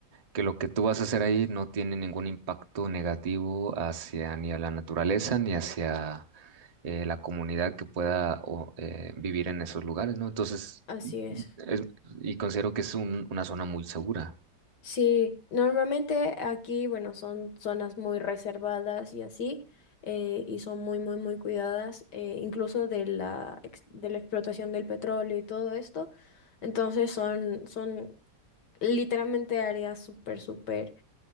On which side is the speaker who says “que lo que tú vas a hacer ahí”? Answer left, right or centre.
Right